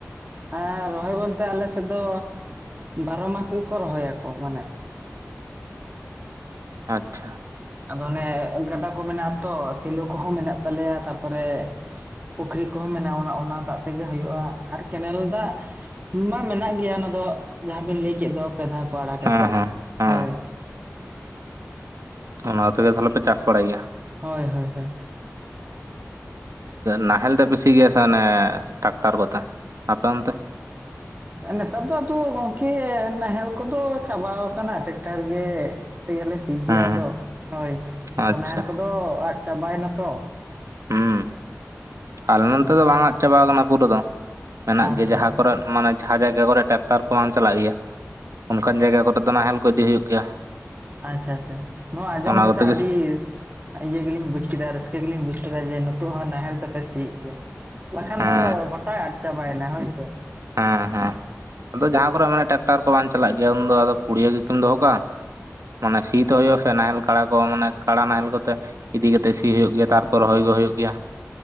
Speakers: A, on the right; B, on the right.
A: ᱮᱸ ᱨᱚᱦᱚᱭ ᱵᱚᱞᱛᱮ ᱟᱞᱮ ᱥᱮᱫ ᱫᱚ ᱵᱟᱨᱚ ᱢᱟᱥ ᱜᱮᱠᱚ ᱨᱚᱦᱚᱭ ᱟᱠᱚ ᱢᱟᱱᱮ
B: ᱟᱪᱪᱷᱟ
A: ᱟᱫᱚ ᱚᱱᱮ ᱜᱟᱰᱟ ᱠᱚ ᱢᱮᱱᱟᱜᱼᱟ ᱛᱚ ᱥᱮᱞᱳ ᱠᱚᱦᱚᱸ ᱢᱮᱱᱟᱜ ᱛᱟᱞᱮᱭᱟ ᱛᱟᱯᱚ ᱨᱮ ᱯᱩᱠᱷᱨᱤ ᱠᱚᱦᱚᱸ ᱢᱮᱱᱟᱜᱼᱟ ᱚᱱᱟ ᱫᱟᱜ ᱛᱮᱜᱮ ᱦᱳᱭᱳᱜᱼᱟ ᱟᱨ ᱠᱮᱱᱮᱞ ᱫᱟᱜ ᱢᱟ ᱢᱮᱱᱟᱜ ᱜᱮᱭᱟ ᱚᱱᱟ ᱫᱚ ᱡᱟᱦᱟ ᱵᱤᱱ ᱞᱟᱹᱭ ᱠᱮᱫ ᱫᱚ ᱯᱮ ᱫᱷᱟᱣ ᱠᱚ ᱟᱲᱟᱜ
B: ᱦᱮᱸ
A: ᱟᱠᱚ
B: ᱦᱮᱸ ᱦᱮᱸ
A: ᱦᱳᱭ᱾
B: ᱚᱱᱟ ᱛᱮᱜᱮ ᱛᱟᱦᱞᱮ ᱯᱮ ᱪᱟᱥ ᱵᱟᱲᱟᱭ ᱜᱮᱭᱟ᱾
A: ᱦᱳᱭ ᱦᱳᱭ ᱦᱳᱭ᱾
B: ᱱᱟᱦᱮᱞ ᱛᱮ ᱯᱮ ᱥᱤ ᱜᱮᱭᱟ ᱥᱮ ᱚᱱᱮ ᱴᱨᱟᱠᱴᱟᱨ ᱠᱚᱛᱮ ᱟᱯᱮ ᱚᱱᱛᱮ?
A: ᱱᱮᱛᱟᱨ ᱫᱚ ᱟᱫᱚ ᱜᱚᱝᱠᱮ ᱱᱟᱦᱮᱞ ᱠᱚᱫᱚ ᱪᱟᱵᱟ ᱟᱠᱟᱱᱟ ᱴᱮᱠᱴᱟᱨ ᱜᱮ ᱛᱮᱜᱮ ᱞᱮ ᱥᱤ
B: ᱦᱮᱸ
A: ᱜᱮᱭᱟ ᱟᱫᱚ ᱦᱳᱭ
B: ᱟᱪᱪᱷᱟ
A: ᱱᱟᱦᱮᱞ ᱠᱚᱫᱚ ᱟᱫ ᱪᱟᱵᱟᱭ ᱱᱟ ᱛᱚ᱾
B: ᱦᱩᱸ ᱟᱞᱮ ᱱᱚᱛᱮ ᱫᱚ ᱵᱟᱝ ᱟᱫ ᱪᱟᱵᱟ ᱠᱟᱱᱟ ᱯᱩᱨᱟᱹ ᱫᱚ, ᱢᱮᱱᱟᱜ
A: ᱟᱪᱪᱷᱟ
B: ᱜᱮ ᱡᱟᱦᱟ ᱠᱚᱨᱮᱫ ᱢᱟᱱᱮ ᱡᱟᱦᱟ ᱡᱟᱭᱜᱟ ᱠᱚᱨᱮ ᱴᱨᱟᱠᱴᱟᱨ ᱠᱚ ᱵᱟᱝ ᱪᱟᱞᱟᱜ ᱜᱮᱭᱟ ᱚᱱᱠᱟᱱ ᱡᱟᱭᱜᱟ ᱠᱚᱨᱮ ᱫᱚ ᱱᱟᱦᱮᱞ ᱠᱚ ᱤᱫᱤ ᱦᱩᱭᱩᱜ ᱜᱮᱭᱟ᱾
A: ᱟᱪᱪᱷᱟ ᱟᱪᱪᱷᱟ ᱱᱚᱣᱟ ᱟᱸᱡᱚᱢ
B: ᱚᱱᱟ
A: ᱠᱟᱛᱮᱜ
B: ᱠᱚᱛᱮ
A: ᱟᱹᱰᱤ
B: ᱜᱮ
A: ᱤᱭᱟᱹ ᱜᱮ ᱞᱤᱧ ᱵᱩᱡ ᱠᱮᱫᱟ ᱨᱟᱹᱥᱠᱟᱹ ᱜᱮ ᱞᱤᱧ ᱵᱩᱡ ᱠᱮᱫᱟ ᱡᱮ ᱱᱤᱛᱚᱜ ᱦᱚᱸ ᱱᱟᱦᱮᱞ ᱛᱮ ᱯᱮ ᱥᱤ ᱭᱮᱫ ᱜᱮᱭᱟ᱾ ᱵᱟ ᱠᱷᱟᱱ
B: ᱦᱮᱸ
A: ᱫᱚ ᱜᱚᱴᱟ ᱟᱫ ᱪᱟᱵᱟᱭ ᱱᱟ ᱦᱳᱭ ᱥᱮ᱾
B: ᱦᱮᱸ ᱦᱮᱸ ᱟᱫᱚ ᱡᱟᱦᱟ ᱠᱚᱨᱮ ᱢᱟᱱᱮ ᱴᱨᱟᱠᱴᱟᱨ ᱠᱚ ᱵᱟᱝ ᱪᱟᱞᱟᱜ ᱜᱮᱭᱟ ᱩᱱᱫᱚ ᱟᱫᱚ ᱯᱩᱲᱤᱭᱟᱹ ᱜᱮ ᱠᱤᱢ ᱫᱚᱦᱚ ᱠᱟᱜ ᱟ ᱾ ᱢᱟᱱᱮ ᱥᱤ ᱛᱚ ᱦᱳᱭᱳᱜᱼᱟ ᱥᱮ ᱱᱟᱦᱮᱞ ᱠᱟᱲᱟ ᱠᱚ ᱢᱟᱱᱮ ᱠᱟᱲᱟ ᱱᱟᱦᱮᱞ ᱠᱚᱛᱮ ᱤᱫᱤ ᱠᱟᱛᱮᱜ ᱥᱤ ᱦᱩᱭᱩᱜ ᱜᱮᱭᱟ ᱛᱟᱨᱯᱚᱨ ᱨᱚᱦᱚᱭ ᱠᱚ ᱦᱳᱭᱳᱜ ᱜᱮᱭᱟ᱾